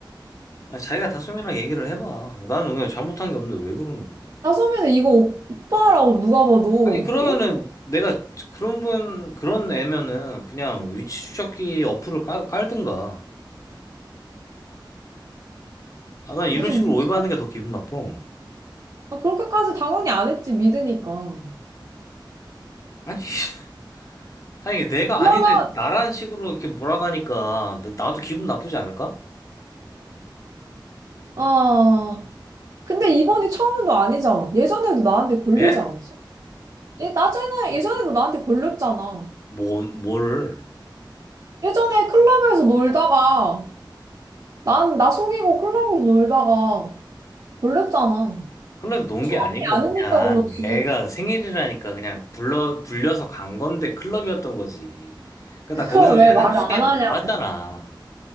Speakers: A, on the left; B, on the right.
A: 아, 자기가 다솜이랑 얘기를 해봐. 나는 그냥 잘못한 게 없는데 왜 그러는 거야?
B: 다솜이는 이거 오- 오빠라고 누가 봐도
A: 아니, 그러면은
B: 이렇게
A: 내가 그런 분, 그런 애면은 그냥 위치 추적기 어플을 깔, 깔든가. 아, 난 이런
B: 무슨
A: 식으로
B: 미친
A: 오해받는 게 더 기분 나빠.
B: 아, 그렇게까지 당연히 안 했지, 믿으니까.
A: 아니, <laughs> 아니, 이게 내가
B: 그러면,
A: 아닌데 나라는 식으로 이렇게 몰아가니까 나- 나도 기분 나쁘지 않을까?
B: 아, 근데 이번이 처음도 아니잖아. 예전에도 나한테 걸리지
A: 예?
B: 않았어? 예 나전에 예전에도 나한테 걸렸잖아.
A: 뭐, 뭘.
B: 예전에 클럽에서 놀다가, 난, 나 속이고 클럽에서 놀다가 걸렸잖아.
A: 흘에서논
B: 처음이
A: 게 아니고
B: 아니니까
A: 그냥
B: 그렇지.
A: 애가 생일이라니까 그냥 불러, 불려서 간 건데 클럽이었던 거지. 그러니까
B: 그걸
A: 나 거기서
B: 왜
A: 그냥
B: 말을
A: 한두 시간에
B: 안 하냐고.
A: 또 나왔잖아.